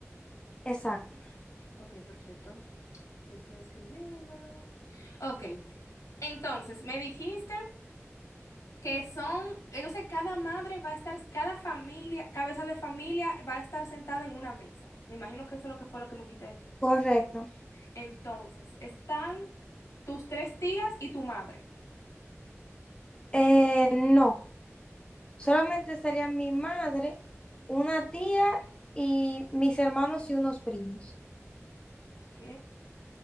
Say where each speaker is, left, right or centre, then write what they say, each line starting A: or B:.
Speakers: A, on the left (about 20°); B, on the left (about 80°).
A: Exacto,
B: Ok, perfecto. Aquí estoy escribiéndolo. Ok, entonces me dijiste que son, entonces cada madre va a estar, cada familia, cabeza de familia va a estar sentada en una mesa. Me imagino que eso es lo que fue lo que me quisiste decir.
A: correcto.
B: Entonces, están tus tres tías y tu madre.
A: Eh, no. Solamente estarían mi madre, una tía y mis hermanos y unos primos.
B: Ok.